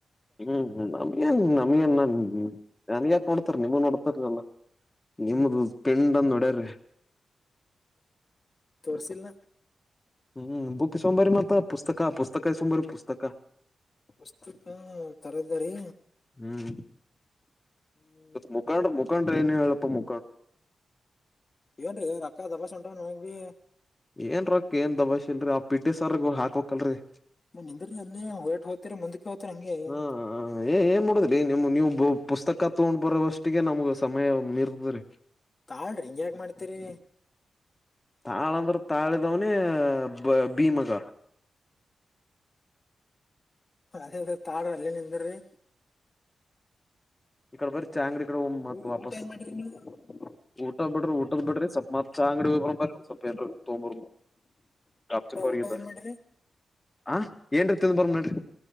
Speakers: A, on the left; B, on the left.
A: ಹ್ಮ್ ನಮಗೇನ್ ನಮಗ ನ್ ನಾ ನನ್ ಯಾಕ ನೋಡ್ತಾರ ನಿವುೂ ನೋಡ್ತಾರಲ್ಲ ನಿಮ್ದ ಪಿಂಡಂದ ಒಡ್ರರಿ
B: ತೋರ್ಸ ನ
A: ಹ್ಮ್ ಬುಕ್ ಸೋಂಬರಿ ಮತ್ತ ಪುಸ್ತಕ ಪುಸ್ತ ಪುಸ್ತಕ ಸಂಬರ ಪುಸ್ತಕ
B: ಪುಸ್ತಕ ತರದರಿ
A: ಹ್ಮ್
B: ಹ್ಮ್
A: ಮುಖಂಡ್ರ ಮುಖಂಡ್ರ ಏನು ಹೇಳಪ್ಪ ಮು
B: ಏನ್ ರೀ ರಕ್ಕ ದಬಾಸ ಉಂಟ ನೋಂಗಿ
A: ಏನ್ ರೊಕ್ ಏನ್ ದಬಾ್ ಇಲ್ರರಿ ಆ ಪಿಟ್ಟಿ ಸರ್್ರ ಹಾಕ್ೋಕಲ್ರರಿ
B: ಮ ನಿಂದ್ರ ಅಲ್ಲಿ ಹೊಯಟ್ ಹೋಗ್ತರಿ ಮುಂದಕ್ಕೆ ಹೋಗ್ತರಿ ಹಂಗಗೆಯ್ಯ
A: ಹಾ ಏ ಏನ್ ಮಾಡಡುದ್ರಿ ನಿಮ ನೀವು ಪುಸ್ತಕ ತಗೊಂಡ್ ಬರೋವಷ್ಟಿಗೆ ನಮಗ ಸಮಯ ಮೀರ್ತ್ರರಿ
B: ತಾಳ್ರಿ ಹಿಂಗ ಯಕ ಮಾಡ್ತೀರಿ
A: ತಾಳಂದ್ರ ತಾಳಿದವನೇ ಬ ಭೀಮಗ
B: ಅದೇ ತಾಡ ಅಲ್ಲಿ ನಿ್ದರಿ
A: ಇಕಡೆ ಬರ ಚಾಂಗ್್ರ ಕಡೆ ಹ
B: ಊ
A: ಮತ್ ವಾಪಸ್
B: ಊಟ ಏನ್ ಮಾಡ್ರಿ ನೀವು
A: ಊಟದ ಬಿಡ್ರಿ ಊಟದ್ ಬಿಡ್ರಿ ಸತ್ ಅಂಗಡಿ ಹಸೆಟ ತೊಂಬೂರ ಆಾಪ್ಚಪ್ಪರಿಗೆಂತ
B: ಊಟ ಏನ್ ಮಾಡ್ರಿ
A: ಹ ಏನ್ರ ತಿಿಂದ್ ಬರ ನಡರಿ